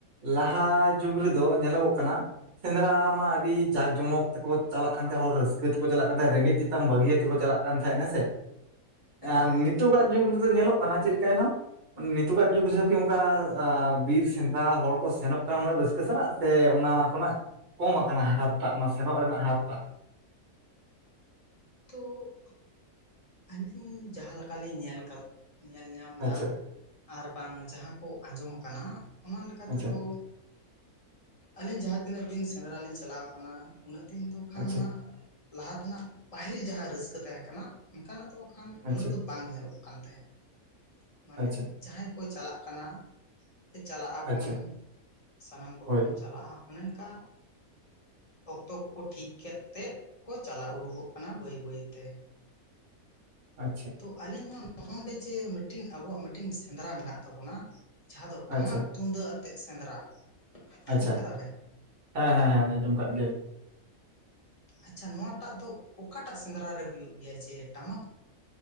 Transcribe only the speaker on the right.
ᱞᱟᱦᱟ ᱡᱩᱜᱽ ᱨᱮᱫᱚ ᱧᱮᱞᱚᱜᱚᱜ ᱠᱟᱱᱟ, ᱥᱮᱸᱫᱽᱨᱟ ᱢᱟ ᱟᱹᱰᱤ ᱡᱟᱠ ᱡᱚᱢᱚᱠ ᱛᱮᱠᱚ ᱪᱟᱞᱟᱜ ᱠᱟᱱ ᱛᱟᱦᱮᱸ ᱦᱚᱲ ᱨᱟᱹᱥᱠᱟᱹ ᱛᱮᱠᱚ ᱪᱟᱞᱟᱜ ᱠᱟᱱ ᱛᱟᱦᱮ ᱨᱮᱸᱜᱮᱡ ᱛᱮ, ᱛᱟᱝ ᱵᱟᱹᱜᱤᱭᱟ
ᱛᱮᱠᱚ
ᱪᱟᱞᱟᱜ ᱠᱟᱱ ᱛᱟᱦᱮᱜ ᱟ ᱥᱮ,
ᱟᱨ
ᱱᱤᱛᱚᱜᱟᱜ ᱡᱩᱜᱽ ᱨᱮᱫᱚ ᱧᱮᱞᱚᱜ ᱠᱟᱱᱟ ᱪᱮᱫ ᱞᱮᱠᱟᱭ ᱱᱟᱢ, ᱱᱤᱛᱚᱜ ᱟᱜ ᱡᱩᱜᱽ ᱨᱮᱠᱤ ᱚᱱᱠᱟ ᱵᱤᱨ ᱥᱮᱸᱫᱽᱨᱟ ᱦᱚᱲ ᱠᱚ ᱥᱮᱱᱚᱜ ᱠᱟᱱᱟ ᱩᱱᱟᱹᱜ ᱨᱟᱹᱥᱠᱟᱹ ᱥᱟᱞᱟᱜ, ᱛᱮ ᱥᱮ ᱚᱱᱟ ᱠᱷᱚᱱᱟᱜ ᱠᱚᱢ ᱟᱠᱟᱱᱟ ᱦᱟᱨ ᱴᱟᱜ ᱚᱱᱟ ᱥᱮᱱᱚᱜ ᱨᱮᱱᱟᱜ ᱦᱟᱨ ᱴᱟᱜ᱿
ᱟᱪᱪᱷᱟ
ᱟᱪᱪᱷᱟ
ᱟᱪᱪᱷᱟ
ᱟᱪᱪᱷᱟ
ᱟᱪᱪᱷᱟ
ᱟᱪᱪᱷᱟ
ᱦᱳᱭ
ᱟᱪᱪᱷᱟ᱾
ᱟᱪᱪᱷᱟ
ᱟᱪᱪᱷᱟ
ᱦᱮᱸ ᱦᱮᱸ ᱦᱮᱸ ᱟᱸᱡᱚᱢ ᱟᱠᱟᱫ ᱜᱮᱭᱟᱹᱧ᱾